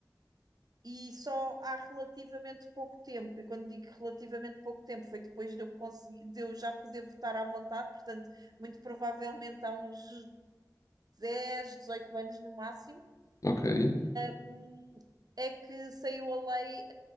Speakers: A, on the right (about 60°); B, on the left (about 45°).
A: e só há relativamente pouco tempo, e quando digo relativamente pouco tempo, foi depois de eu, conseguir, de eu já poder votar à vontade, portanto, muito provavelmente há uns 10 18 anos no máximo,
B: não sabia. Ok.
A: um, é que saiu a lei